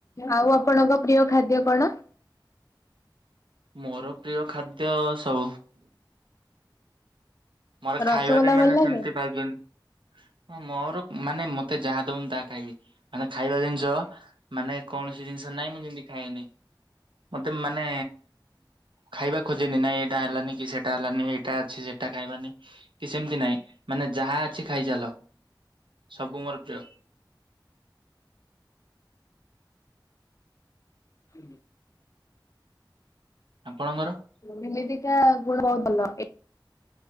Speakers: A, on the left; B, on the right.
A: ଆଉ ଆପଣଙ୍କ ପ୍ରିୟ ଖାଦ୍ୟ କଣ?
B: ମୋର ପ୍ରିୟ ଖାଦ୍ୟ ସ ମୋର
A: ରସଗୋଲା
B: ଖାଇବାରେ
A: ଭଲ
B: ମାନେ
A: ଲାଗେ?
B: ସେମିତି ପାଇ ହଁ ମୋର ମାନେ ମତେ ଯାହା ଦବ ତାହା ଖାଇବି, ମାନେ ଖାଇବା ଜିନିଷ ମାନେ କୌଣସି ଜିନିଷ ନହିଁ ମୁଁ ଯେମତି ଖାଏନି ମତେ ମାନେ ଖାଇବା ଖୋଜେନି, ଇଟା ହେଲାନି କି ସେଇଟା ହେଲାନି, ଏଇଟା ଅଛି ସେଟା ଖାଇବାନି କି ସେମତି ନାଇଁ ମାନେ ଯାହା ଅଛି ଖାଇ ଚାଲ। ସବୁ ମୋର ପ୍ରିୟ।
A: ହୁ।
B: ଆପଣଙ୍କର?
A: ନିମଦିିକ ଗୁଣ ହ <unintelligible>